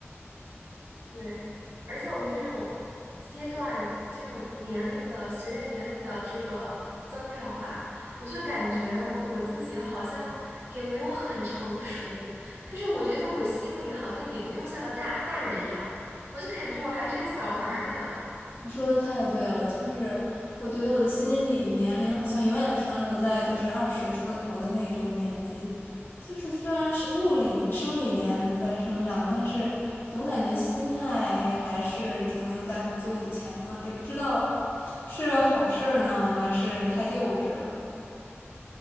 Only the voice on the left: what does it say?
你说的太对了，就是我觉得我的心理年龄好像永远停留在就是二十出头的那种年纪，就是虽然是物理生理年龄在生长，但是总感觉心态还是停留在很久以前了，也不知道是好事儿呢，还是太幼稚了。